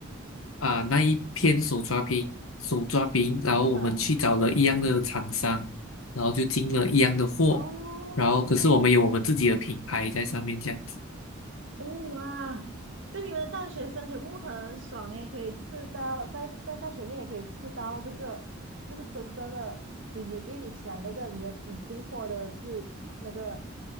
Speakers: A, on the left (about 85°); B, on the right (about 60°).
A: 啊那一片手抓饼，手抓饼，然后我们去找了一样的厂商，
B: 嗯，
A: 然后就进了一样的货，
B: 哦
A: 然后可是我们有我们自己的品牌在上面这样子。
B: 哦哇！所以你们的大学生全部很爽诶，可以吃到在在大学面也可以吃到这个，就是真正的你你因为你讲那个你的你进货的是那个